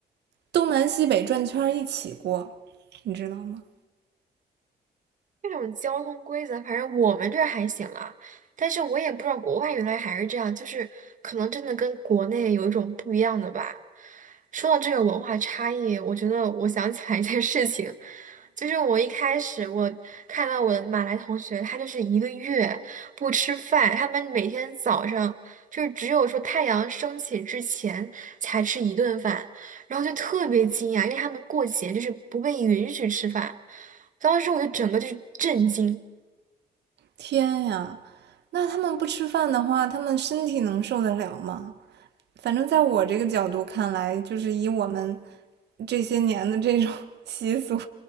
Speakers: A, on the right; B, on the right.
A: 东南西北转圈一起过，你知道吗？
B: 这种交通规则，反正我们这儿还行啦，但是我也不知道国外原来还是这样，就是可能真的跟国内有一种不一样的吧。说到这个文化差异，我觉得我想起来一件事情。就是我一开始我看到我的马来同学，他就是一个月不吃饭，他们每天早上就是只有说太阳升起之前才吃一顿饭，然后就特别惊讶，因为他们过节就是不被允许吃饭，当时我就整个就是震惊。
A: 天呀，那他们不吃饭的话，他们身体能受得了吗？反正在我这个角度看来，就是以我们这些年的这种 <laughs> 习俗，